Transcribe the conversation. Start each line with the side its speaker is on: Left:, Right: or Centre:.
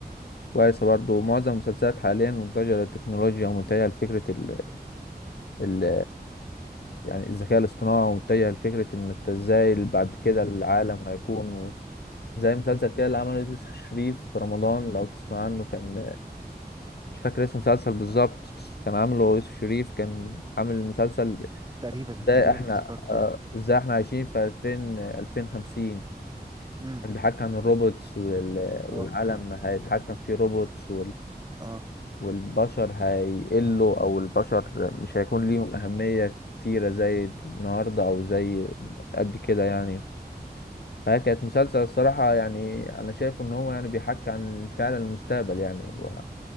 Left: وكويسة برضه معظم المسلسلات حاليا متجهة للتكنولوجيا ومتجهة لفكرة ال ال... يعني الذكاء الاصطناعي ومتجه لفكرة إن أنت إزاي بعد كده العالم هيكون و... زي مسلسل كده اللي عمله يوسف شريف في رمضان لو تسمع عنه كان مش فاكر اسم المسلسل بالظبط بس كان عامله يوسف شريف كان عامل مسلسل
Right: تقريبا
Left: إزاي
Right: تقريبا
Left: إحنا
Right: افتكرته
Left: آه، إزاي إحنا عايشين في 2000 2050
Right: امم
Left: كان بيحكي عن الروبوتس وال...
Right: اه
Left: والعالم
Right: اه
Left: هيتحكم فيه روبوتس
Right: اه
Left: والبشر هيقلوا او البشر مش هيكون ليهم اهمية كتيرة زي النهاردة او زي قبل كده يعني فهي كانت مسلسل الصراحة يعني انا شايف ان هو يعني بيحكي عن فعلا المستقبل يعني هو